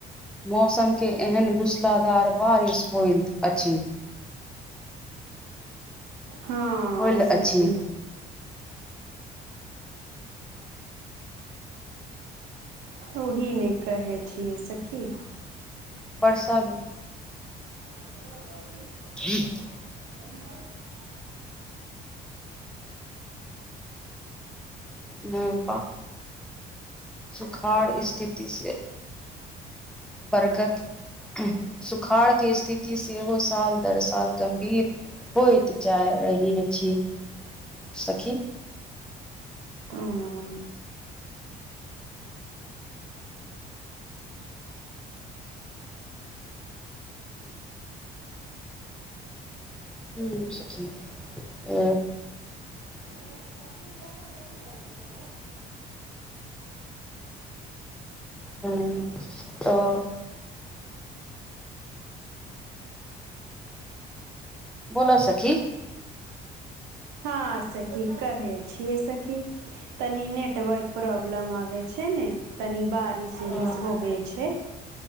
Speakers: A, in the centre; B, on the right.
A: मौसम के एहन मूसलाधार बारिश होइत अछि
B: <unintelligible> हँ,
A: होयल
B: सखी।
A: अछि
B: ओही नै कहै छियै सखी।
A: बरसल
B: <unintelligible>
A: <unintelligible>
B: <unintelligible>
A: मुदा सुखाड़ स्थिति से बरगत सुखाड़ के स्थिति सेहो साल दर साल गंभीर होइत जा रही अछि सखी।
B: उम्म
A: हं सखी अ
B: <unintelligible>
A: ह्म्म, तऽ बोलअ सखी।
B: हाँ सखी, कहै छियै सखी। तनी नेटवर्क प्रॉब्लम आबै छै ने, तनि बारिश-उरिस
A: हँ
B: होबे छै।